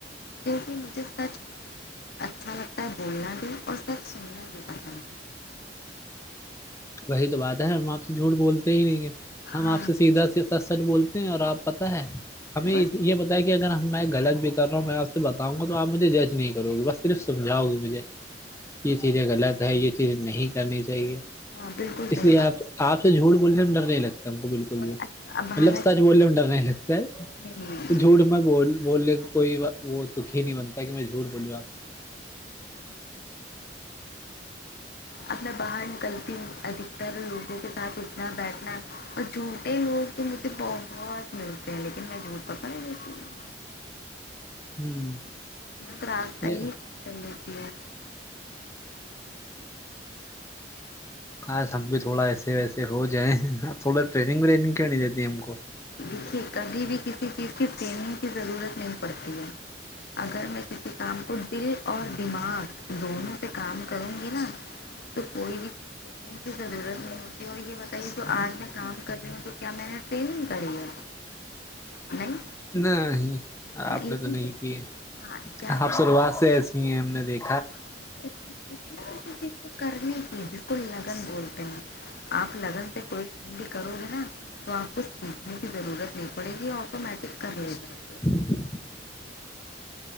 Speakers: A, on the left (about 60°); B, on the left (about 15°).
A: کی ے سچ اچھا لگتا ہے بولنا بھی اور سچ سننا بھی پتا ہے
B: وہی تو بات ہے ہم آپ سے جھوٹ بولتے ہی نہیں ہے
A: ہاں
B: ہم آپ سے سیدھا س سچ بولتے ہیں اور آپ پتہ ہے ہمیں
A: بس
B: یہ پتا ہے کہ اگر ہم ب میں غلت بھی کر رہا ہوں میں آپ سے بتاؤں گا تو آپجھے جج نہیں کرو گی بس صرف سمجاؤ گی مجھے یہ چیزیں غلط ہے یہ چیزیں نہیں کرنی چاہیے
A: ہاں بالکل
B: اس
A: صحیح
B: لیے
A: بات
B: آپ آپ سے جھوٹ بولنے سے میں ڈر نہیں لگتا ہم کو بالکل
A: اور
B: بھی
A: اچھا اب
B: مطلب
A: حالانکہ
B: سچ بولنے میں ڈر نہیں لگتا ہے تو
A: ہوں،
B: جھوٹ میں ب بولنے کا کوئی وہ دکھ ہی نہیں بنتا کہ میں جھوٹ بولوں آپ سے
A: اب میں باہر نکلتی ہوں ادھکتر لوگوں کے ساتھ اٹھنا بیٹھنا اور جھوٹے لوگ تو مجھے بہت ملتے ہیں لیکن میں جھوٹ پکڑ نہیں دیتی ہوں
B: ہوں
A: میں تو راستہ
B: یہ
A: ہی کب کر لیتی ہے
B: خاس ہم بھی تھوڑا ایسے ویسے ہو جائیں تھوڑا ٹریننگ وریننگ کیوں نہیں دیتی ہم کو
A: دیکھیے کبھی بھی کسی چیز کی ٹرینگ کی ضرورت نہیں پڑتی ہے اگر میں کسی کام کو دل اور دماغ دونوں سے کام کروں گی نا
B: ج
A: تو کوئی بھی چیز پیننگ کی ضرورت نہیں ہوتی اور یہ بتائیے جو آج میں کام کر رہی ہوں تو کیا میں نے پنگ کریر نہیں
B: نہ ہی
A: ہے نا
B: آپ
A: لیکن
B: نے تو نہیں
A: کیا
B: کی
A: تھا
B: ہے
A: ہاں کیا
B: آپ
A: تھا
B: شروعات سے ایسی ہیں ہم نے دیکھ
A: نا کسی چیز کو کرنے کی بالکل لگن بولتے ہیں آپ لگن سے کوئی کام بھی کرو گے نا تو آپ کو سیکھنے کی ضرورت نہیں پڑے گی آٹومیٹک کر لے گا
B: <inaudible>